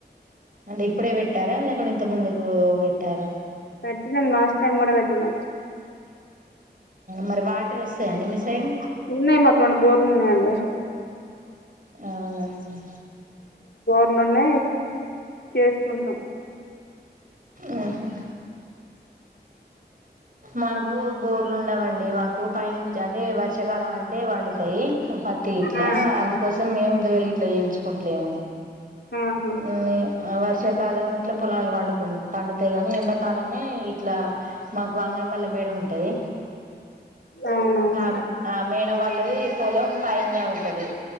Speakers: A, on the right (about 50°); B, on the left (about 85°).
A: ఇప్పుడే పెట్టారా లేకు ఇంత ముందుకు పెట్టారా
B: పెట్టినాం లాస్ట్ టైం కూడా పెట్టినాం
A: మరి వాటర్ వస్తాయండి మీ సైడ్
B: ఉన్నాయి మాకు రెండు బోర్లు ఉన్నాయండి
A: అవులేండి
B: ఇ లోనే చేసుకుంటాం
A: ఊహు మాకు బోర్లు ఉండవం మాకు పైనించి అంటే వార్ షకాలమంట ఇప్పుడే వండితి పప్పు గిట్లా
B: ఆ
A: అందుకోసం మేము పేరు గిట్లా పిలుచుకుంటిన
B: ఆహా
A: హలో అవర్ వర్షాకాలమే ఇట్లా పొలాలు పండుకు పండుతేగాన ఎండాకాలమే ఇట్లా వంగన్ <unintelligible> వల్ల మేడం ఉంటంది
B: అవునవును
A: ఆ ఆ మేడం వాళ్ళది పొలం పైనే ఉంటది